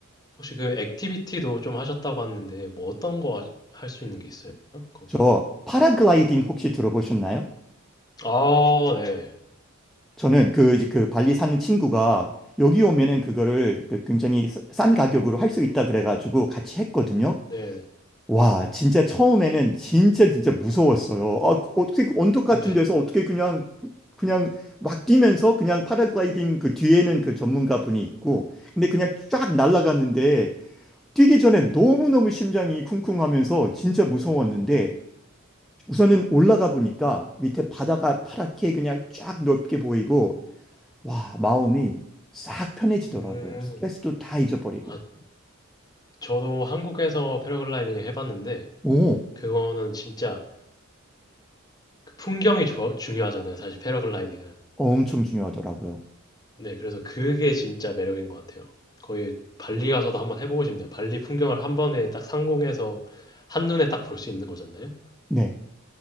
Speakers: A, on the left (about 20°); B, in the centre.
A: 혹시 그 액티비티도 좀 하셨다고 하는데 뭐 어떤 거 할 수 있는 게 있어요? 거기
B: 저
A: 가면?
B: 파라글라이딩 혹시 들어보셨나요?
A: 아, 네.
B: 저는 그, 이제 그 발리 사는 친구가 여기 오면은 그거를 그 굉장히 싸- 싼 가격으로 할 수 있다 그래가지고 같이 했거든요.
A: 네, 네.
B: 와, 진짜 처음에는 진짜 진짜 무서웠어요. 아, 그 어떻게 그 언덕 같은
A: 네.
B: 데서 어떻게 그냥 그냥 막 뛰면서 그냥 파라글라이딩 그 뒤에는 그 전문가 분이 있고 근데 그냥 쫙 날아갔는데 뛰기 전에 너무너무 심장이 쿵쿵하면서 진짜 무서웠는데
A: 네.
B: 우선은 올라가 보니까 밑에 바다가 파랗게 그냥 쫙 넓게 보이고 와, 마음이 싹 편해지더라고요.
A: 음.
B: 스트레스도 다 잊어버리고
A: 아, 저도 한국에서 패러글라이딩을 해봤는데
B: 오,
A: 그거는 진짜 그 풍경이 조- 중요하잖아요. 사실 패러글라이딩은.
B: 엄청 중요하더라고요.
A: 네, 그래서 그게 진짜 매력인 것 같아요. 거의 발리 가서도 한번 해보고 싶네요. 발리 풍경을 한 번에 딱 상공에서 한눈에 딱 볼 수 있는 거잖아요.
B: 네.